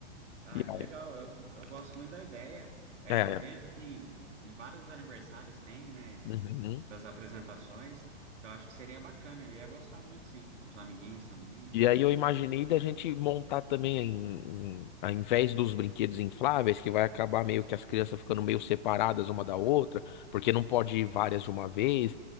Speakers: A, on the right; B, on the left.
A: ah,
B: E
A: que
B: aí,
A: legal. Eu, eu gosto muito da ideia. É,
B: é,
A: eu vejo
B: é,
A: que em vários aniversários tem, né, esse,
B: uhum.
A: essas apresentações. Então acho que seria bacana. Ele ia gostar muito, sim. Os amiguinhos também.
B: E aí eu imaginei da gente montar também, em, em- ao invés dos brinquedos infláveis, que vai acabar meio que as crianças ficando meio separadas uma da outra, porque não pode ir várias de uma vez.